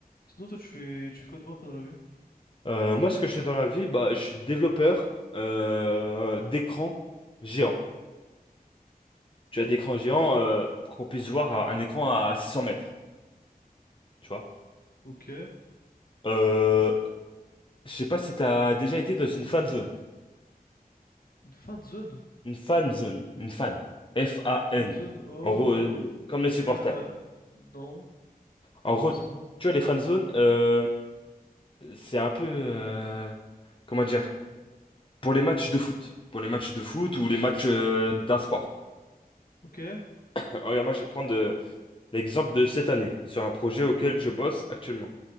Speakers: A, on the left (about 70°); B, on the left (about 35°).
A: Sinon, toi, tu fais, tu fais quoi de bon un peu dans la vie?
B: Euh, moi, ce que je fais dans la vie, bah, je suis développeur euh, d'écran géant. Tu as d'écran géant euh, pour qu'on puisse voir un un écran à 600 mètres, tu vois.
A: Ok.
B: Euh, je sais pas si t'as déjà été dans une fan zone.
A: Une fin de zone?
B: Une fan zone. Une fan. F-A-N.
A: Fin de zone? Oh,
B: En gros, euh, comme les
A: il
B: supporters.
A: y a... Non,
B: En
A: pas
B: gros,
A: spécialement.
B: tu vois, les fan zones, euh, c'est un peu... euh, comment dire? Pour les matchs de foot. Pour les matchs de foot ou les matchs euh, d'un sport.
A: Ok,
B: <laughs> Regarde, moi, je vais te prendre... euh, L'exemple de cette année, sur un projet auquel je bosse actuellement.